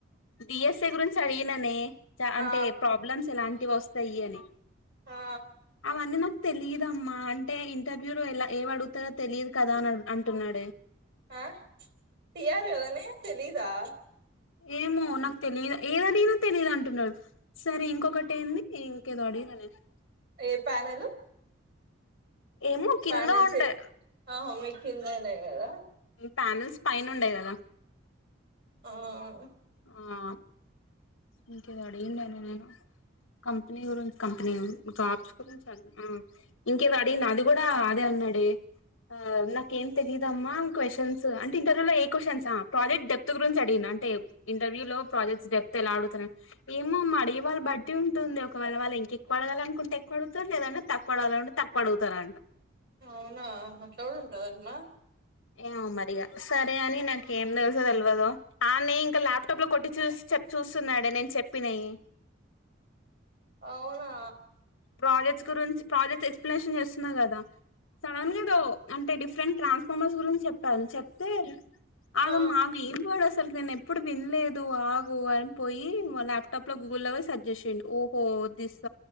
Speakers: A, on the left; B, on the right.
A: డిఎస్ఏ గురించి అడిగిననే చ అంటే
B: ఆ
A: ప్రాబ్లమ్స్ ఎలాంటి వస్తయి అని
B: ఆ
A: అవన్నీ నాకు తెలిదమ్మా అంటే ఇంటర్వ్యూలో ఎలా ఏవడుగుతరొ తెలిద్ కదాని అడ్ అంటున్నాడే
B: ఆ టీర్ కదనే తెలీదా
A: ఏమో నాకు తెలిద్ ఏదడిగినా తెలిదు అంటున్నాడు సరే ఇంకొకటి ఏంది ఇంకేదో అడిగి ఇననే
B: ఏ ప్యానలు
A: ఏమో కింద
B: పానెల్
A: ఉండే
B: చే ఓహో మీకిందనేగదా
A: పానల్స్ పై నుండే గదా
B: ఆవును
A: ఆ ఇంకేదో అడిగుండనే నేను కంపెనీ గురి కంపెనీ జాబ్స్ గురించి అడి అ ఇంకేదో అడిగిన అదిగూడ అదే నడే ఆ నాకు ఏం తెలీదమ్మా క్వశ్చన్స్ అంటే ఇంటర్వ్యూలో ఏ క్వశ్చన్స్ ఆ ప్రాజెక్ట్ డెప్త్ గురించడిగిన అంటే ఇంటర్వ్యూ లో ప్రాజెక్ట్స్ డెప్తేలా అడుగుతారన్ ఏమోమ్మ అడివాళ్ళ బట్టి ఉంటుంది ఒకవేళ వాళ్ళింకేక్కువ అడగాలనుకుంటే ఎక్కువడుగుతరు లేదంటే తక్కువడగాలనుంటే తక్కువడుగుతారంట.
B: అవునా అట్లగుడుంటదంటన్న.
A: ఏమోమరిగా సరే అని నాకు ఏం తెలుసో తెల్వదో ఆన్నె ఇంక ల్యాప్టాప్ లో కొట్టి చూసి చెప్ చూస్తున్నాడే నేన్ చెప్పినయి.
B: అవునా
A: ప్రాజెక్ట్స్ గురించి ప్రాజెక్ట్స్ ఎక్స్ప్లనేషన్ చేస్తున్నా కదా. సడెన్గేదో అంటే డిఫరెంట్ ట్రాన్స్ఫార్మర్స్ గురించి చెప్పారు చెప్తే.
B: ఆ
A: ఆగమ్మా ఆగ్ ఏం గోడస్ అసలుకి నేను ఎప్పుడు వినలేదు ఆగు అని పోయి వ ల్యాప్టాప్ లో గూగుల్లో సజెసిండు ఓహో ఒ దిస్స